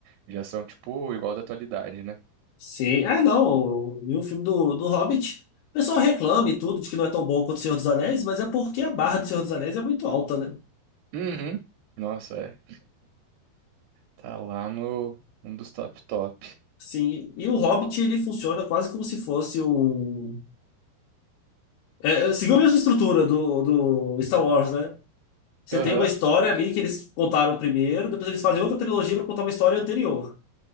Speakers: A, on the right; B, on the left.
A: já são, tipo, igual da atualidade, né?
B: Sim. Ah, não. E o filme do, do Hobbit. O pessoal reclama e tudo, de que não é tão bom quanto o Senhor dos Anéis, mas é porque a barra do Senhor dos Anéis é muito alta, né?
A: Uhum. Nossa, é. Tá lá no um dos top top.
B: Sim. E o Hobbit, ele funciona quase como se fosse um. É, é, seguiu a mesma estrutura do, do Star Wars, né? Você
A: Aham.
B: tem uma história ali que eles contaram primeiro, depois eles fazem outra trilogia pra contar uma história anterior.